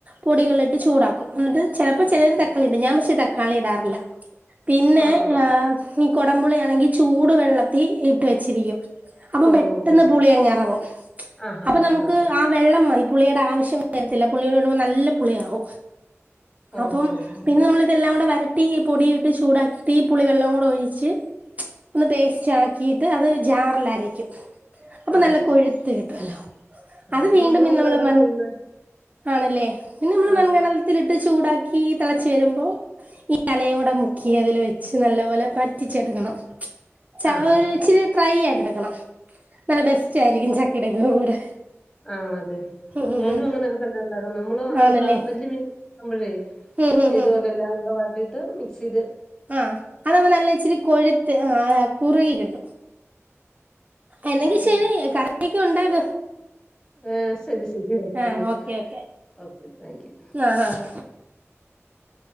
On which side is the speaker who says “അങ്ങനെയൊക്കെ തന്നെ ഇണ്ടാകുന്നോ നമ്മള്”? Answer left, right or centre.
Left